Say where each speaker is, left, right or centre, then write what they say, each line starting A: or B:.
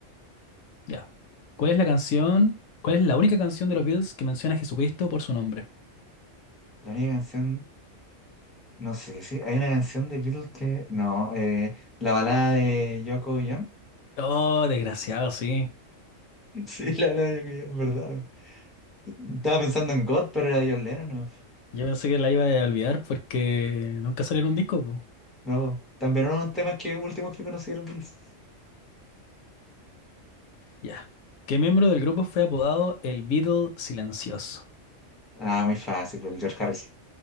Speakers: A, on the left (about 75°); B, in the centre.
A: Ya. ¿Cuál es la canción? ¿Cuál es la única canción de los Beatles que menciona a Jesucristo por su nombre?
B: La única canción. No sé sí hay una canción de Beatles que. No, eh, la balada de Yoko y John.
A: Oh, desgraciado, sí.
B: <laughs> Sí, la balada de Yoko y John, verdad. verdad. Estaba pensando en God, pero era de John Lennon. No,
A: Yo pensé que la iba a olvidar porque nunca salió en un disco, po.
B: No, también eran unos temas que, últimos que conocí de los Beatles.
A: Ya. ¿Qué miembro del grupo fue apodado el Beatle Silencioso?
B: Ah, muy fácil, por el George Harrison.